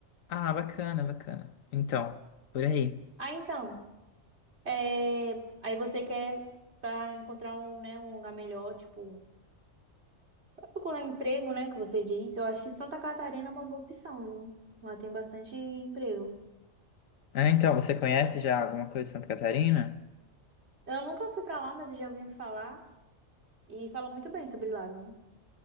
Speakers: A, on the left (about 80°); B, on the right (about 55°).
A: Ah, bacana, bacana. Então, por aí.
B: Ah, então, é, aí você quer pra encontrar um, né, um lugar melhor, tipo Procurar emprego, né, que você disse, eu acho que Santa Catarina é uma boa opção, viu? Lá tem bastante emprego.
A: Ah, então, você conhece já alguma coisa de Santa Catarina?
B: Eu nunca fui pra lá, mas eu já ouvi falar e falam muito bem sobre lá, viu?